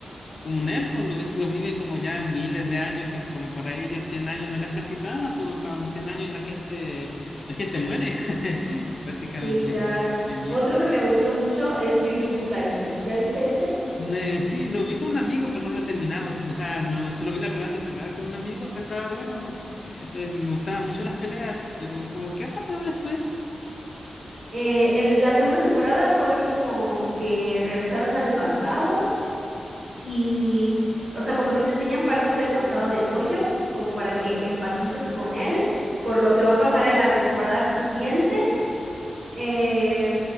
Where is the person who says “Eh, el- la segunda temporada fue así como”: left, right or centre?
Right